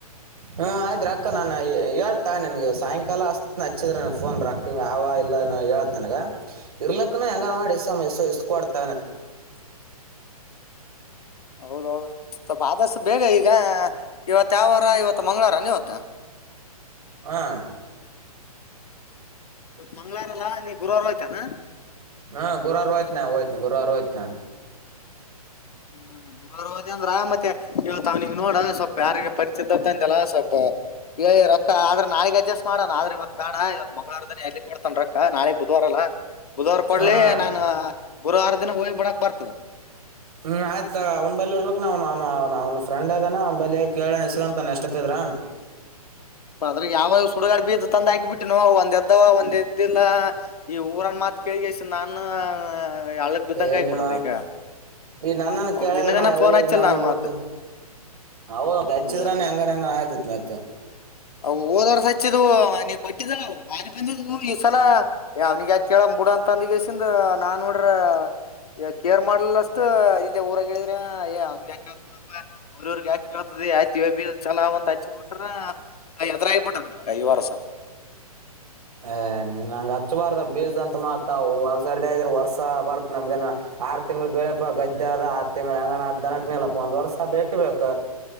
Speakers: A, on the right; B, on the left.
A: ಹ್ಮ ಆಯ್ರಕ್ಕ ನಾನನ್ ಹೇಳ್ತಾ ನನ್ಗೆ ಸಾಯಂಕಾಲ ಅಷ್ಟ ಹಚ್ಚಿದ್ರ ನನ್ ಫೋನ್ ರಕ್ಕ ಆ ಇಲ್ಲ ಹತನ ಇರ್ಲ ಪಕ್ಕ ಹೆಂಗನ್ ಮಾಡಿ ಇಷ್ಟ ಇಷ್ಟಕಡ್ತ
B: ಹೌದೌದು ಸ್ವಲ್ಪ ಆದಷ್ಟು ಬೇಗ ಈಗ ಇವತ್ತು ಯಾವರ ಇವತ್ತು ಮಂಗಳವಾರನೀ ಹೊತ
A: ಹಾ
B: ಇವತ್ ಮಂಗ್ಗಳವಾರಲ್ಲಾ ನೀ ಗುರುವಾರ ಹೋಯ್ತಾನ
A: ಹಾ ಗುರುವವಾರ ವಯ್ತನಯನ ಗುರುವವಾರ ವಯತ್ನಾನ
B: ಹ್ಮ್ ದ ಅಂದ್ರ ಮತ್ತೆ ಇವತ್ತು ಅವ್ನಿಗೆ ನೋಡ ಸ್ವಲ್ಪ ಯಾರಿಗೆ ಪರಿಚಿತಂತ ಅಂತೆಲ್ಲ ಸ್ವಲ್ಪ ಏ ರೊಕ್ಕ ಆದ್ರೆ ನಾಳಗ್ ಅಡ್ಜಸ್ಟ್ ಮಾಡಣ ಆದ್ರೆ ಇವತ್ ಬೇಡ ಇವತ್ ಮಂಗಳವಾರದನ ಎಲ್ಲಿ ಕೊಡ್ತಾನ ರೊ ನಾಳಗ್ ಬುಧವಾರಲ್ಲ ಬುಧವಾರ ಕೊಡ್ಲಿ
A: ಹಾಂ ಹಾಂ
B: ನಾ ಗುರುವಾರ ದಿನ ಹೋಗಿ ಬಿಡಕ್ ಬರ್ತದ
A: ಹ್ಮ್ ಆಯ್ತ ಅವ್ ಬಿ ಇರ್ಲಕ್ ಅವ್ ಅವ ಅವ್ ಫ್ರೆಂಡ್ ಅ್ನನ ಅವ್ ಬಲ್ ಕೇಳೋಣ ಇಸ್ಕೊಂತಾನ ಎಷ್ಟತ್ತದ್ರ
B: ಅದ್ರ ಯಾವಾಗ ಸುಡುಗಾಡೆ ಬೀದ ತಂದ ಹಾಕಿ ಬಿಟ್ಟು ನ ಒಂದ ಎದ್ದವ ಒಂದ ಎದ್ದಿಲ್ಲ ಈ ಊರನ್ ಮಾತ್ ಕೇಳಿಗೆ ಪ ನಾನು ಹಳ್ಳಕ್ ಬಿದ್ದಂಗ
A: ಏ
B: ಆಗ್ಬಿಟ್ಟದ
A: ನಿವ
B: ಈಗ
A: ನೀ ನನ್ನನ್
B: ಹೌದ್
A: ಕೇಳಿದ್ರ
B: ನಿನಗನ
A: ನಾ ಯಾವ
B: ಫೋನ್ ಹಚ್ಚಿಲ್ಲ
A: ರಿ ನಾವನು
B: ನಾನ್ ಮತ್
A: ರದು ಹೌದ ಹೆಚ್ಚಿದ್ರಾನ
B: ಹೌದಪ್ಪ
A: ಹೆಂಗನ್ ಹೆಂಗನ್ ಆಯ್ತಿತ್ ಮತ್ತೆ
B: ಅ ಓದವರ್ ಸ ಹಚ್ಚಿದ್ ನೀ ಕೊಟ್ಟಿದವು ಬಾರಿ ಬಂದಿದವು ಈ್ಸಲ ಯ ಅವ್ನಿಗ ಯ ಕೇಳಡ ಒ ತಂದಿಗೈಸಿಂದ ನಾನ್ ನೋಡ್ರ ಈ ಕೇರ್ ಮಾಡ್ಲಿಲ್ಲ ಅಷ್ಟು ಇಲ್ಲಿ ಊರಾಗ ಹೇಳಿದ್ರ ಏ ಅವ್ನ್ಗೆ ಯಾಕೇಳ್ತ ಬಿಡಪ್ಪಾ ಅವ್ರವ್ರಗ್ ಯಾಕಳ್ತ ಆಯ್ತಿವ ಬಿ ಚಲ್ಂತ ಹಚ್ಬ ಬಿಟ್ರ ಅ ಎತ್ರ ಆಗಬೊಟ್ಟ ಐ ವರ್ಸ
A: ಅ್ನ ನಂಗ ಹಚ್ಚಬಾರ್ದ ಬೀಸ್ದಂತ ಮಾತ್ವು ಒಂದ್ಸರ್ದ್ರ ವರ್ಷ ಬರ್ತ್ ನಮ್ದನ ಆರು ತಿಂಗ್ಗಳು ಬೆಳೆಪಾ ಗದ್ದೆ ಆದ ಆರು ತಿಂಗಗಳು ಹೆಂಗ ಅ ದನಕ್ ನೆಲ ಪಂದು ವರ್ಷ ಬೇಕಬೇಕೇಕ